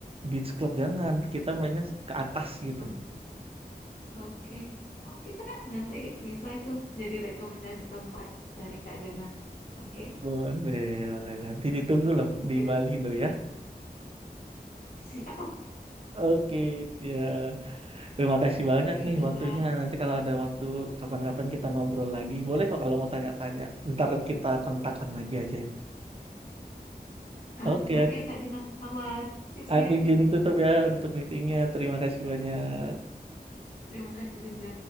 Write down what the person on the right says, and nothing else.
beach club jangan. Kita mainnya ke atas gitu.
Boleh, boleh. Nanti ditunggu loh
di Bali loh ya.
Oke, ya. Terima kasih banyak
nih
waktunya. Nanti kalau ada waktu kapan-kapan kita ngobrol lagi. Boleh kok kalau mau tanya-tanya. Ntar kita kontakkan lagi aja ya.
Oke,
aku
izin tutup ya untuk meetingnya. Terima kasih banyak.